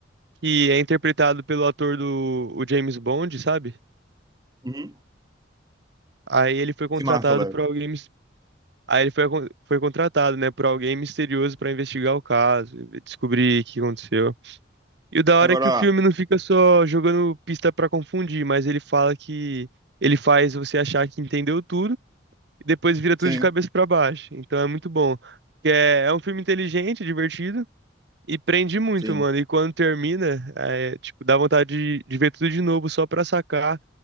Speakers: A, on the right; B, on the right.
A: que é interpretado pelo ator do o James Bond, sabe?
B: Uhum.
A: Aí ele foi contratado
B: Que massa, velho.
A: por alguém, mis- aí ele foi, acon- foi contratado, né, por alguém misterioso pra investigar o caso, e descobrir o que aconteceu. E o da
B: Agora,
A: hora é que o filme não fica só jogando pista pra confundir, mas ele fala que ele faz você achar que entendeu tudo e depois vira tudo
B: sim,
A: de cabeça pra baixo. Então é muito bom, porque é, é um filme inteligente, divertido e prende muito,
B: sim,
A: mano. E quando termina, é, tipo, dá vontade de, de ver tudo de novo só pra sacar